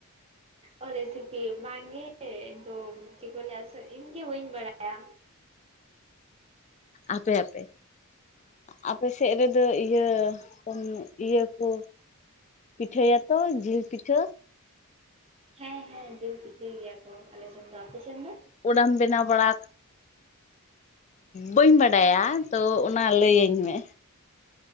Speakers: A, on the right (about 25°); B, on the left (about 30°).
A: ᱚ ᱨᱮᱥᱤᱯᱤ ᱵᱟᱝᱜᱮ ᱤᱧ ᱫᱚ ᱪᱮᱫ ᱠᱚ ᱞᱟᱹᱭᱟ ᱥᱮ ᱤᱧᱜᱮ ᱵᱟᱹᱧ ᱵᱟᱲᱟᱭᱟ
B: ᱟᱯᱮ-ᱟᱯᱮ, ᱟᱯᱮ ᱥᱮᱫ ᱨᱮᱫᱚ ᱤᱭᱟᱹ-ᱤᱭᱟᱹ ᱠᱚ ᱯᱤᱴᱷᱟᱹᱭᱟ ᱠᱚ ᱡᱤᱞ ᱯᱤᱴᱷᱟᱹ?
A: ᱦᱮᱸᱻᱦᱮᱸᱻ ᱡᱤᱞ ᱯᱤᱴᱷᱟᱹᱭ ᱜᱮᱭᱟ ᱠᱚ ᱟᱞᱮ ᱥᱮᱱ ᱫᱚ ᱟᱯᱮ ᱥᱮᱱ ᱫᱚ?
B: ᱯᱚᱲᱟᱢ ᱵᱮᱱᱟᱣ ᱵᱟᱲᱟ ᱵᱟᱹᱧ ᱵᱟᱰᱟᱭᱟ ᱛᱚ ᱚᱱᱟ ᱞᱟᱹᱭᱟᱹᱧ ᱢᱮ